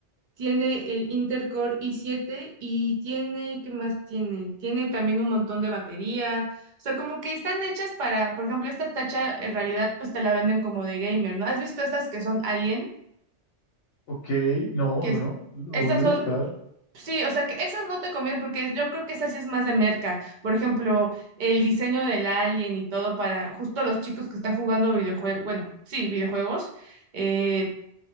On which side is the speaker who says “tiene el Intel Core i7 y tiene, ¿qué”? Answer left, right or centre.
Right